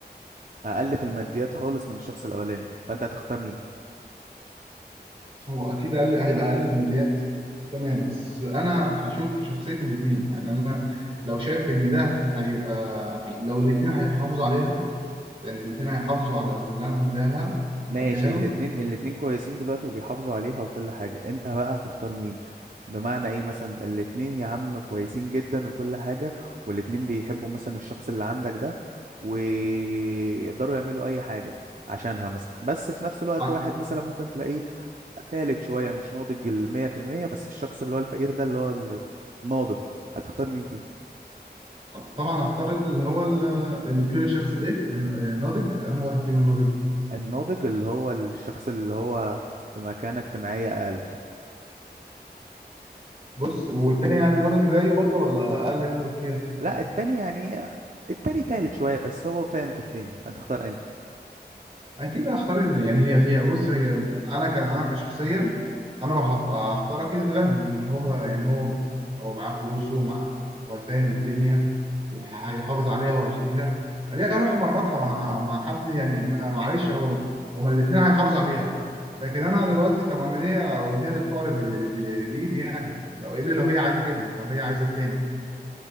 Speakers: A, on the right; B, on the right.
A: اقل في الماديات خالص من الشخص الاولاني فانت هتختار مين
B: هو اكيد اقل هيبقى اقل في الماديات تمام بس انا هشوف شخصيه الاثنين يعني انا لو شايف ان ده هيبقى لو الاثنين هيحافظوا عليها يعني الاثنين هيحافظوا على اللي انا هديها لها
A: ماشي
B: هديها له
A: الاتنين الاتنين كويسين دلوقتي وبيحافظوا عليها وكل حاجة انت بقى هتختار مين بمعنى ايه مثلا الاتنين يا عم كويسين جدا وكل حاجة والاتنين بيحبوا مثلا الشخص اللي عندك ده ويقدروا يعملوا اي حاجة عشانها مثلا بس في نفس الوقت
B: ع-
A: واحد مثلا ممكن تلاقيه فالت شوية مش ناضج المية في المية بس الشخص اللي هو الفقير ده اللي هو الناضج هتختار مين فيهم
B: طبعا هختار اللي هو ال- اللي بتقول الشخص الايه الناضج انا واحد فيهم الناضج
A: الناضج اللي هو الشخص اللي هو في مكانة اجتماعية أقل
B: بص والتاني يعني ناضج زيه برضه ولا اقل منه بكتير
A: لا التاني يعني التاني فالك شوية بس هو فاهم في الدنيا هتختار انهي
B: اكيد هختار ال- يعني هي هي بص هي انا ك انا كشخصيا انا لو هخ- هختار اكيد الغني ان هو يعني هو هو معاه فلوسه ومع وفاهم الدنيا وهيحافظ عليها وهيشتريها ليه اروح مربطها مع مع حد يعني م- معلش هو هما الاثنين هيحافظوا عليها لكن انا دلوقتي طب انا ليه اوديها للفقر ب- ب- بايدي يعني لو الا لو هي عايزه كده لو هي عايزه التاني